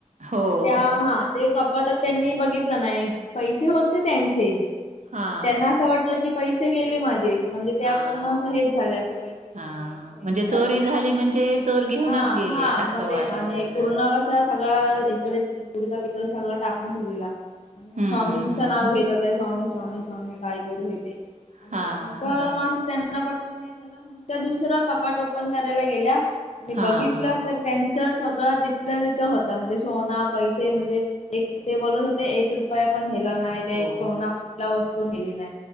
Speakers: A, on the right (about 70°); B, on the left (about 60°).
A: हो,
B: त्या
A: हो.
B: हा ते कपाट त्यांनी बघितलं नाही. पैसे होते त्यांचे
A: हां,
B: पण त्यांना
A: हां.
B: असं वाटलं की पैसे गेले माझे. म्हणजे त्या
A: हां,
B: पूर्ण अशा हेच झाल्या कि पैसे गेले
A: हां.
B: एवढं हे
A: म्हणजे
B: ते झालं
A: चोरी झाली म्हणजे चोर घेऊनच
B: हा.
A: गेले
B: हा
A: असं
B: म ते
A: वाटलं
B: आणि
A: त्यांना.
B: पूर्ण कसं अ स इकडे इकडचा तिकडे सगळं टाकून ठेवलेला. आणि या
A: हं,
B: स्वामींचं
A: हं.
B: नाव घेत होत्या. स्वामी, स्वामी, स्वामी काय करू हे ते
A: हां,
B: आणि नंतर
A: हां.
B: मग असं त्यांना पटकन हे झालं म्हणून त्या दुसर कपाट ओपन करायला गेल्या आणि
A: हां,
B: बघितलं
A: हां.
B: तर त्यांन सगळं जिथल्या तिंथ होत म्हणजे सोना, पैसे म्हणजे एक ते बोलत होते एक रुपया पण नेला नाही का एक
A: हो.
B: सोना तिला वस्तू दिली नाही.